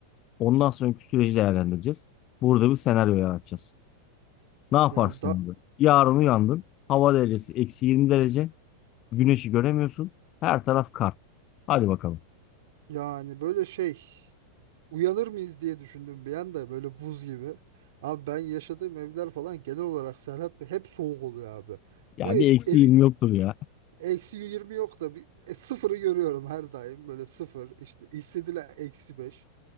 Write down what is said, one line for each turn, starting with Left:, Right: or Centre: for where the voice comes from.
Left: Ondan sonraki süreci değerlendireceğiz. Burada bir senaryo yaratacağız. Ne yaparsın
Right: Yani da
Left: burada Yarın uyandın. Hava derecesi eksi 20 derece. Güneşi göremiyorsun. Her taraf kar. Hadi bakalım.
Right: yani böyle şey uyanır mıyız diye düşündüm bir anda böyle buz gibi. Abi ben yaşadığım evler falan genel olarak Serhat Bey hep soğuk oluyor abi.
Left: Ya
Right: Bu ev
Left: bir eksi
Right: evi
Left: 20 yoktur ya.
Right: eksi 20 yok da bir e, sıfırı görüyorum her daim böyle sıfır işte hissedilen eksi 5.